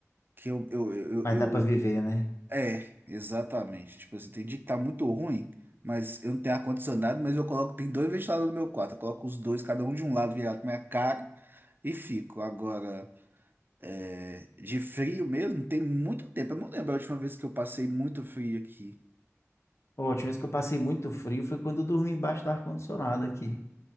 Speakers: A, on the right; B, on the left.
A: que eu, eu, eu,
B: Mas
A: eu, eu-
B: dá pra viver, né?
A: É, exatamente. Tipo assim, tem dia que tá muito ruim, mas eu não tenho ar-condicionado, mas eu coloco, tem dois ventiladores no meu quarto, eu coloco os dois, cada um de um lado virado pra minha cara e fico. Agora, é, de frio mesmo, tem muito tempo. Eu não lembro a última vez que eu passei muito frio aqui.
B: Pô, a última vez que eu passei muito frio foi quando eu dormi embaixo do ar-condicionado aqui.